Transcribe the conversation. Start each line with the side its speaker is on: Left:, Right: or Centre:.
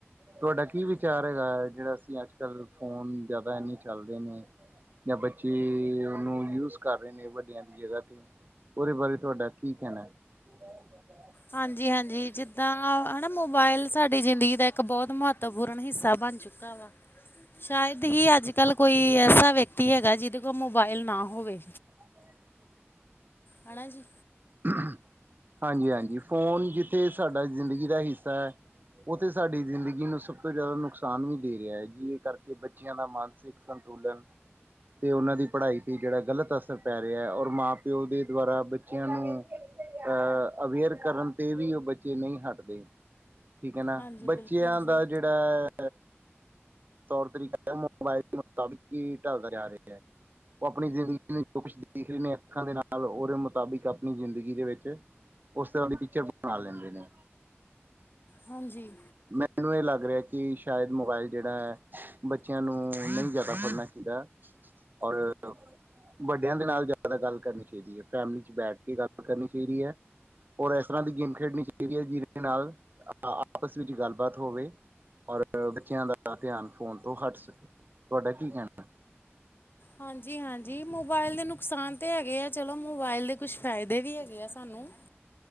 Right: ਤੁਹਾਡਾ ਕੀ ਵਿਚਾਰ ਹੈਗਾ ਜਿਹੜਾ ਅਸੀਂ ਅੱਜ ਕੱਲ ਫੋਨ ਜ਼ਿਆਦਾ ਏਨੀ ਚੱਲਦੇ ਨੇ। ਜਾਂ ਬੱਚੇ ਉਹਨੂੰ ਯੂਜ ਕਰ ਰਹੇ ਨੇ ਵੱਡਿਆਂ ਦੀ ਜਗ੍ਹਾ ਤੇ ਉਹਦੇ ਬਾਰੇ ਤੁਹਾਡਾ ਕੀ ਕਹਿਣਾ। <inaudible>
Left: ਹਾਂਜੀ-ਹਾਂਜੀ ਜਿੱਦਾਂ ਹੈਨਾ ਮੋਬਾਇਲ ਸਾਡੀ ਜ਼ਿੰਦਗੀ ਦਾ ਇੱਕ ਬਹੁਤ ਮਹੱਤਵਪੂਰਨ ਹਿੱਸਾ ਬਣ ਚੁੱਕ ਕਾ ਵਾ ਸ਼ਾਇਦ ਹੀ ਅੱਜ ਕੱਲ੍ਹ ਕੋਈ ਐਸਾ ਵਿਅਕਤੀ ਹੈਗਾ ਜਿਹਦੇ ਕੋਲ ਮੋਬਾਇਲ ਨਾ ਹੋਵੇ।
Right: <inaudible>
Left: ਹਨਾ ਜੀ।
Right: <inaudible> ਹਾਂਜੀ-ਹਾਂਜੀ ਫੋਨ ਜਿੱਥੇ ਸਾਡਾ ਜ਼ਿੰਦਗੀ ਦਾ ਹਿੱਸਾ ਹੈ। ਉਥੇ ਸਾਡੀ ਜ਼ਿੰਦਗੀ ਨੂੰ ਸਭ ਤੋਂ ਜ਼ਿਆਦਾ ਨੁਕਸਾਨ ਵੀ ਦੇ ਰਿਹਾ ਹੈ ਜਿਹਦੇ ਕਰਕੇ ਬੱਚਿਆਂ ਦਾ ਮਾਨਸਿਕ ਸੰਤੁਲਨ ਤੇ ਉਹਨਾਂ ਦੀ ਪੜ੍ਹਾਈ ਤੇ ਜਿਹੜਾ ਗਲਤ ਅਸਰ ਪੈ ਰਿਹਾ ਔਰ ਮਾਂ ਪਿਓ ਦੇ ਦੁਆਰਾ ਬੱਚੇ ਬੱਚਿਆ ਨੂੰ ਅਹ ਅਵੇਅਰ ਕਰਨ ਤੇ ਵੀ ਉਹ ਬੱਚੇ ਨਹੀਂ ਹਟਦੇ। ਠੀਕ ਹੈ ਨਾ
Left: ਹਾਂਜੀ ਬਿਲਕੁਲ
Right: ਬੱਚਿਆਂ
Left: ਜੀ
Right: ਦਾ ਜਿਹੜਾ ਤੌਰ ਤਰੀਕਾ ਮੋਬਾਇਲ ਮੁਤਾਬਿਕ ਹੀ ਢਲਦਾ ਜਾ ਰਿਹਾ ਹੈ। ਉਹ ਆਪਣੀ ਜ਼ਿੰਦਗੀ ਨੂੰ ਜੋ ਕੁਝ ਦੇਖ ਰਹੇ ਨੇ ਅੱਖਾਂ ਦੇ ਨਾਲ ਉਹਦੇ ਮੁਤਾਬਿਕ ਆਪਣੀ ਜ਼ਿੰਦਗੀ ਦੇ ਵਿੱਚ ਉਸ ਤਰ੍ਹਾਂ ਦੀ ਪਿਕਚਰ ਬਣਾ ਲੈਂਦੇ ਨੇ।
Left: ਹਾਂਜੀ
Right: ਮੈਨੂੰ ਇਹ ਲੱਗ ਰਿਹਾ ਕਿ ਸ਼ਾਇਦ ਮੋਬਾਇਲ ਜਿਹੜਾ <inaudible> ਬੱਚਿਆਂ ਨੂੰ ਨਹੀਂ ਜਿਆਦਾ ਫੜ੍ਹਨਾ ਚਾਹੀਦਾ। ਔਰ ਵੱਡਿਆਂ ਦੇ ਨਾਲ ਜ਼ਿਆਦਾ ਗੱਲ ਕਰਨੀ ਚਾਹੀਦੀ ਹੈ ਫੈਮਿਲੀ 'ਚ ਬੈਠ ਕੇ ਕੀ ਗੱਲ ਕਰਨੀ ਚਾਹੀਦੀ ਹੈ। ਔਰ ਇਸ ਤਰ੍ਹਾਂ ਦੀ ਗੇਮ ਖੇਡਣੀ ਚਾਹੀਦੀ ਹੈ ਜਿਹਦੇ ਨਾਲ ਆਪਸ ਵਿੱਚ ਗੱਲਬਾਤ ਹੋਵੇ। ਔਰ ਬੱਚਿਆਂ ਦਾ ਧਿਆਨ ਫੋਨ ਤੋਂ ਹਟ ਸਕੇ ਤੁਹਾਡਾ ਕੀ ਕਹਿਣਾ।
Left: ਹਾਂਜੀ- ਹਾਂਜੀ ਮੋਬਾਇਲ ਦੇ ਨੁਕਸਾਨ ਤਾ ਹੈਗੇ ਆ ਚਲੋ ਮੋਬਾਇਲ ਦੇ ਕੁਛ ਫਾਇਦੇ ਵੀ ਹੈਗੇ ਆ ਸਾਨੂੰ